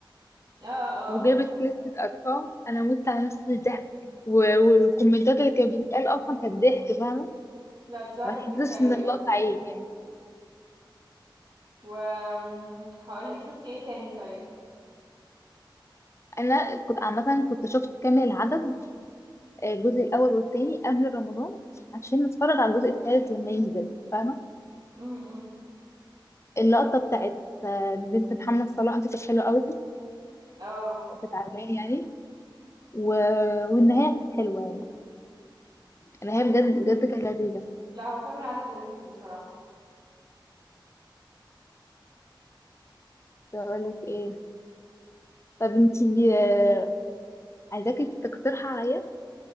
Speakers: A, on the right (about 60°); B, on the left (about 35°).
A: اه اه
B: وجابت
A: <laughs>
B: لستة أرقام أنا مت على نفسي من الضحك و- والكومنتات اللي كانت بتتقال أصلا كانت ضحك فاهمة
A: لا بصراحة
B: ما تحسش
A: كانت ضحكة
B: إن
A: اوي
B: اللقطة
A: اه
B: عيب يعني
A: و هقول لك شفتي ايه تاني طيب
B: أنا كنت عامة كنت شفت كامل العدد آه، الجزء الأول والتاني قبل رمضان عشان نتفرج على الجزء التالت لما ينزل فاهمة
A: امم
B: اللقطة بتاعت آه، بنت محمد صلاح دي كانت حلوة أوي
A: اه
B: كانت عجباني يعني و... والنهاية كانت حلوة يعني النهاية
A: هو
B: بجد بجد كانت لذيذة
A: لا هو كامل عدد لذيذ بصراحة
B: كنت أقول لك إيه طب انتي آه، عايزاكي تقترحي عليا